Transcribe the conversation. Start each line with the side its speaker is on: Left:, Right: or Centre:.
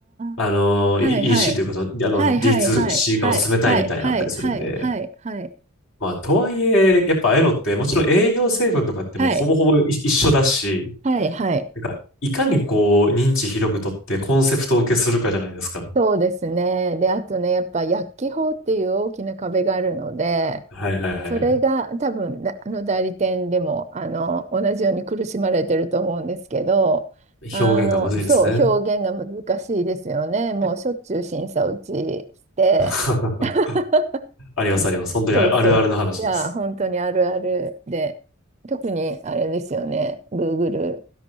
Left: あの、
Right: あ、はい、
Left: E- イーシ
Right: はい。
Left: c というか、その、あの、
Right: はい、
Left: D2C
Right: はい、はい、はい、
Left: 化を進めたいみたいなのあったりするんで、
Right: はい、はい、はい、はい、はい、
Left: まあ、とはいえ、やっぱああいうのって、もちろん栄養成分とかってもうほぼほぼい一緒だし、
Right: はい、はい、はい。
Left: なんか、いかにこう、認知広くとってコンセプトを受けするかじゃないですか。
Right: そうですね。で、あとね、やっぱ薬機法っていう大きな壁があるので、
Left: はいはいはいはい。
Right: それが多分だあの代理店でもあの同じように苦しまれてると思うんですけど、あのそう、
Left: 表現がむずいですね。
Right: 表現が難しいですよね。もうしょっちゅう審査落ちして、
Left: <laughs>
Right: <laughs>
Left: ありますあります。本当にああるあるの話です。
Right: そうそう。いや、本当にあるあるで、特にあれですよね。Google